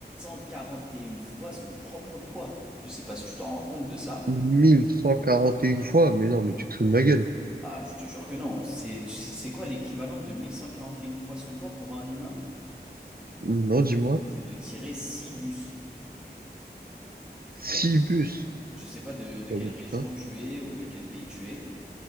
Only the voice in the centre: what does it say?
1141 fois son propre poids. Je sais pas si tu t'en rends compte de ça.
Ah, je te jure que non. C'est, tu sais, c'est quoi l'équivalent de 1141 fois son poids pour un humain?
C'est de tirer 6 bus.
Je ne sais pas de, de
quelle
région
tu es ou de quel pays tu es.